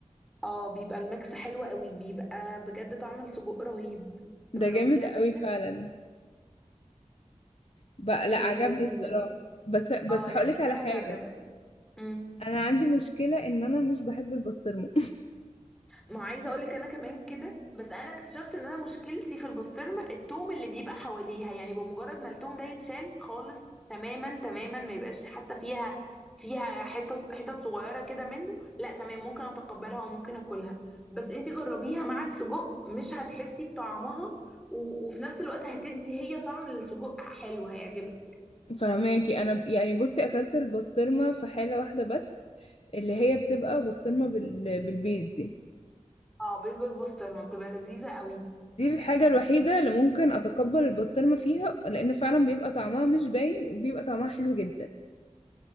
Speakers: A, in the centre; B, on the left.
A: اه بيبقى الميكس حلو قوي بيبقى بجد طعم السجق رهيب
B: ده
A: جربتيه
B: جامد
A: قبل
B: قوي
A: كده
B: فعلا بقى لا
A: هي
B: عجبني
A: لذيذة
B: الصراحه بس بس
A: اه
B: هقولك
A: لذيذة
B: على حاجه
A: هتعجبك مم.
B: انا عندي مشكله ان انا مش بحب البسطرمه
A: ما عايزه اقول لك انا كمان كده بس انا اكتشفت ان انا مشكلتي في البسطرمه التوم اللي بيبقى حواليها يعني بمجرد ما التوم ده يتشال خالص تماما تماما ما يبقاش حتى فيها فيها حتت حتت صغيره كده منه لا تمام ممكن اتقبلها وممكن اكلها بس انت جربيها مع السجق مش هتحسي بطعمها و... وفي نفس الوقت هتدي هي طعم للسجق حلو هيعجبك
B: <laughs> فهماكي انا ب- يعني بصي اكلت البسطرمه في حاله واحده بس اللي هي بتبقى بسطرمه بال... بالبيض دي
A: اه بيض بالبسطرمه بتبقى لذيذه قوي
B: دي الحاجة الوحيدة اللي ممكن أتقبل البسطرمة فيها لأن فعلا بيبقى طعمها مش باين وبيبقى طعمها حلو جدا